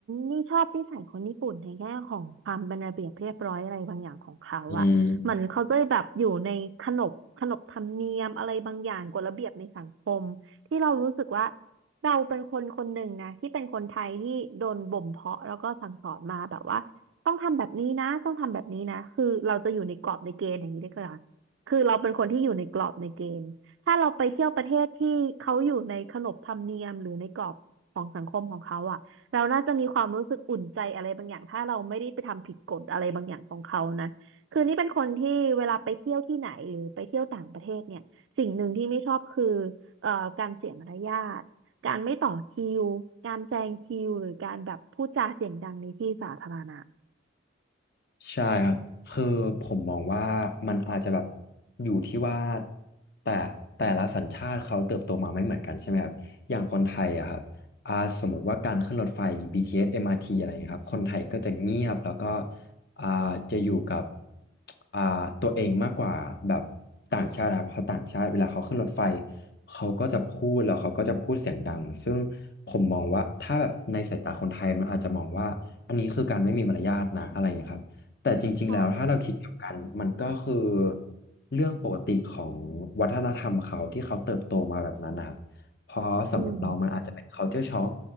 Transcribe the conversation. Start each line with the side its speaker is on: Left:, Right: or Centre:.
Right: นี่ชอบนิสัยคนญี่ปุ่นในแง่ของความเป็นระเบียบเรียบร้อยอะไรบางอย่างของเขาอ่ะเหมือนเขาจะแบบอยู่ในขนบขนบธรรมเนียมอะไรบางอย่างกฎระเบียบในสังคมที่เรารู้สึกว่า
Left: อืม
Right: เราเป็นคนคนหนึ่งนะที่เป็นคนไทยที่โดนบ่มเพาะแล้วก็สั่งสอนมาแบบว่าต้องทำแบบนี้นะต้องทำแบบนี้นะคือเราจะอยู่ในกรอบในเกณฑ์อย่างนี้ได้ก็ล่ะคือเราเป็นคนที่อยู่ในกรอบในเกณฑ์ถ้าเราไปเที่ยวประเทศที่เขาอยู่ในขนบธรรมเนียมหรือในกรอบ ของสังคมของเขาอ่ะเราน่าจะมีความรู้สึกอุ่นใจอะไรบางอย่างถ้าเราไม่ได้ไปทำผิดกฎอะไรบางอย่างของเขานะคือนี่เป็นคนที่เวลาไปเที่ยวที่ไหนหรือไปเที่ยวต่างประเทศเนี่ยสิ่งหนึ่งที่ไม่ชอบคือเอ่อการเสียมารยาทการไม่ต่อคิวการแซงคิวหรือการแบบพูดจาเสียงดังในที่สาธารณะ
Left: ใช่ครับ คือผมมองว่ามันอาจจะแบบอยู่ที่ว่าแต่แต่ละสัญชาติเขาเติบโตมาไม่เหมือนกันใช่ไหมครับอย่างคนไทยอะครับอ่าสมมติว่าการขึ้นรถไฟ BTS MRT อสเอ็มอาร์ทีอะไรอย่างเงี้ยครับคนไทยก็จะเงียบแล้วก็อ่าจะอยู่กับอ่าตัวเองมากกว่าแบบต่างชาตินะครับเพราะต่างชาติเวลาเขาขึ้นรถไฟเขาก็จะพูดแล้วเขาก็จะพูดเสียงดังซึ่งผมมองว่าถ้าแบบในสายตาคนไทยมันอาจจะมองว่าอันนี้คือการไม่มีมารยาทนะอะไรอย่างเงี้ยครับ แต่จริงๆ
Right: ใช่
Left: แล้วถ้าเราคิดกลับกันมันก็คือเรื่องปกติของวัฒนธรรมเขาที่เขาเติบโตมาแบบนั้นนะครับเพราะสำหรับเรามันอาจจะเป็น
Right: อืม
Left: culture shock